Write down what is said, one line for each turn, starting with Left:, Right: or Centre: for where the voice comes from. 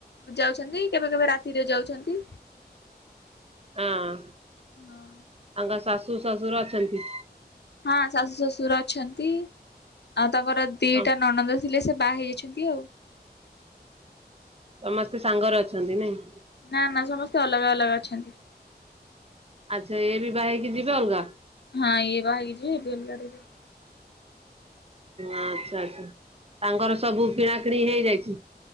Left: ଯାଉଛନ୍ତି, କେବେ କେବେ ରାତିରେ ଯାଉଛନ୍ତି।
Right: ଆଁ।
Left: ହଁ।
Right: ତାଙ୍କ ଶାଶୁ ଶାଶୁର ଅଛନ୍ତି।
Left: ହଁ ଶାଶୁ ଶ୍ୱଶୁର ଅଛନ୍ତି ଆଉ ତା ପରେ ଦିଟା
Right: ହଁ
Left: ନଣନ୍ଦ ଥିଲେ ସେ ବାହା ହେଇଯାଇଛନ୍ତି ଆଉ।
Right: ସମସ୍ତେ ସାଙ୍ଗରେ ଅଛନ୍ତି ନାଇଁ।
Left: ନା ନା ସମସ୍ତେ ଅଲଗା ଅଲଗା ଅଛନ୍ତି।
Right: ଆଚ୍ଛା ଏ ବିଭା ହେଇକି ଯିବେ ଅଲଗା।
Left: ହଁ ଇଏ ବାହାହେଇକି ଯିବେ ଇଏ ବିଏ ଅଲଗା ରହିବେ।
Right: ଆଚ୍ଛା ଆଚ୍ଛା ତାଙ୍କର ସବୁ କିଣା କିିଣି ହେଇଯାଇଛି।